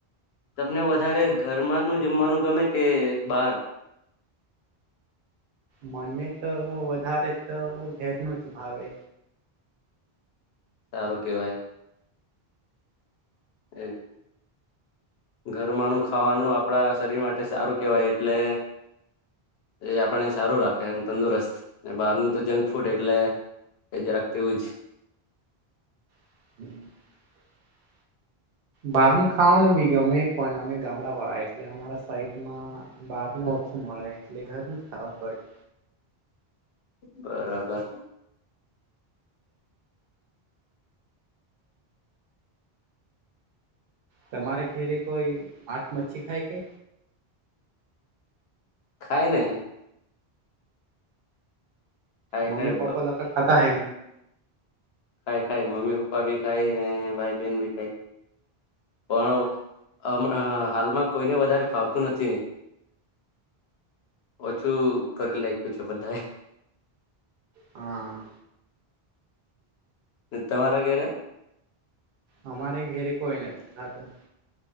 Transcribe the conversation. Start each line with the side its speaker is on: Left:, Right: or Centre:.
Left: તમને વધારે ઘર માં નું જમવાનું ગમે કે બાર?
Right: મને તો વધારે તો ઘેરનું જ ભાવે.
Left: સારું કેવાય. એ ઘરમાંનું ખાવાનું આપણા શરીર માટે સારું કેહેવાય એટલે એ આપણને સારું રાખ એમ તંદુરસ્ત બહાર નું તો જંક ફૂડ એટલે એ જરાક તેવુંજ
Right: <inaudible> બહાર નું ખાવાનું બી ગમે પણ અમે ગામડાવાળ એટલે અમારા બાર નો મળે એટલે ઘરનું ખવા પડે
Left: બરાબર.
Right: તમારે ઘેરે કોઈ. આચ મચ્છી ખાય કે.
Left: ખાઈને. ખાય
Right: મમ્મી
Left: ખાય
Right: પાપા લોકો ખાતા હ.
Left: ખાય ખાય મમ્મી પપ્પા બી ખાય ને ભાઈ બેન બી ખાય પણ હ હાલમાં કોઈને વધારે ફાવતું નથી ઓછું કરી લખ્યું છે બધાએ.
Right: હા
Left: તમારા ધરે.
Right: અમારે ઘેરે કોઈ નથી થતું